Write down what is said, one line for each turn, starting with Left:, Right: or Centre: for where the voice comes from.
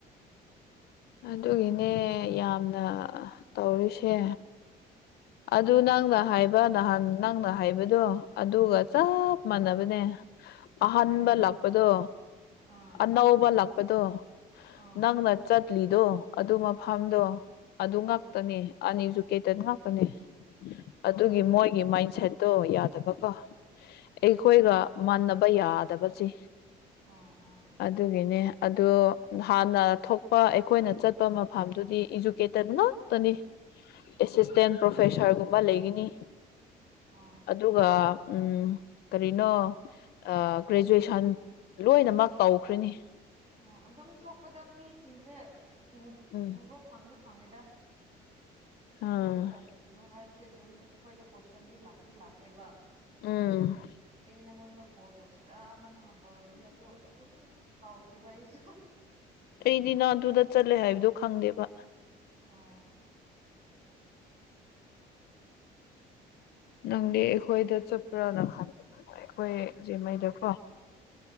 Left: ꯑꯗꯨꯒꯤꯅꯦ ꯌꯥꯝꯅ ꯇꯧꯔꯤꯁꯦ ꯑꯗꯨ ꯅꯪꯅ ꯍꯥꯏꯕ ꯅꯍꯥꯟ ꯅꯪꯅ ꯍꯥꯏꯕꯗꯣ ꯑꯗꯨꯒ ꯆꯞ ꯃꯥꯟꯅꯕꯅꯦ <inaudible> ꯑꯍꯟꯥꯟꯕ
Right: ꯀꯔꯤꯔ
Left: ꯂꯥꯛꯄꯗꯣ
Right: ꯑꯥ
Left: ꯑꯅꯧꯕ ꯂꯥꯛꯄꯗꯣ
Right: ꯑꯥ
Left: ꯅꯪꯅ ꯀꯂꯤꯗꯣ ꯑꯗꯨ ꯃꯐꯝꯗꯣ ꯑꯗꯨ ꯉꯥꯛꯇꯅꯤ
Right: ꯑꯥ
Left: ꯑꯅꯤꯖꯨꯛꯇꯦꯠ ꯉꯥꯛꯇꯅꯤ ꯑꯗꯨꯒꯤ
Right: ꯃꯥꯅꯦ ꯃꯥꯅꯦ
Left: ꯃꯣꯏꯒꯤ ꯃꯥꯟꯢ ꯁꯦꯠꯇꯣ ꯌꯥꯗꯕꯀꯣ ꯑꯩꯈꯣꯏꯒ
Right: ꯎꯝ ꯎꯝ
Left: ꯃꯥꯟꯅꯕ ꯌꯥꯗꯕꯖꯦ
Right: ꯑꯣ ꯑꯣ
Left: ꯑꯗꯨꯒꯤꯅꯦ ꯑꯗꯨ ꯍꯥꯟꯅ ꯊꯣꯛ ꯍꯣꯏ ꯑꯩꯈꯣꯏꯅ ꯆꯠꯄ ꯃꯐꯝꯗꯨꯗꯤ ꯏꯖꯨꯀꯦꯇꯦꯠ ꯉꯥꯛꯇꯅꯤ ꯑꯦꯁꯤꯁꯇꯦꯟ
Right: ꯎꯝ
Left: ꯄ꯭ꯔꯣꯐꯦꯁꯥꯔꯒꯨꯝꯕ ꯂꯩꯒꯤꯅꯤ
Right: ꯑꯥ
Left: ꯑꯗꯨꯒ ꯎꯝ ꯀꯔꯤꯅꯣ ꯑ ꯒ꯭ꯔꯦꯖꯨꯑꯦꯁꯟ ꯂꯣꯏꯅꯃꯛ ꯇꯧꯈ꯭ꯔꯤꯅꯤ
Right: ꯑꯣ ꯑꯗꯨꯝ ꯊꯣꯛꯄꯗ ꯃꯤꯁꯤꯡꯁꯦ ꯎ
Left: ꯎꯝ
Right: ꯎꯕ ꯐꯪꯗꯤ ꯐꯪꯉꯦꯗ
Left: ꯑꯥ
Right: ꯃꯣꯏ ꯇ ꯀꯔꯤꯅꯣ ꯍꯥꯏꯕꯁꯦ ꯑꯗꯨꯝ ꯑꯩꯈꯣꯏꯗ ꯀꯣꯏꯁꯟꯗꯤ ꯂꯥꯛꯇꯤ ꯂꯥꯛꯑꯦꯕ
Left: ꯎꯝ
Right: ꯗꯤ ꯅꯪꯉꯣꯟꯗ ꯀꯣꯜ ꯇꯧꯁꯤꯔꯥꯟꯅ ꯉꯍꯥꯟ ꯇꯧꯔꯝꯕꯅꯤ ꯑꯗꯣ ꯑꯗꯨꯝ ꯀꯥꯎꯈꯤꯕ ꯑꯩꯁꯨ
Left: ꯑꯩꯗꯤ ꯅꯪ ꯑꯗꯨꯗ ꯆꯠꯂꯦ ꯍꯥꯏꯕꯗꯣ ꯈꯪꯗꯦꯕ
Right: ꯑꯣ
Left: ꯅꯪꯗꯤ ꯑꯩꯈꯣꯏꯗ ꯆꯠꯄ꯭ꯔꯥꯅ ꯈꯟꯕ ꯑꯩꯈꯣꯏ ꯖꯦꯝꯃꯩꯗꯀꯣ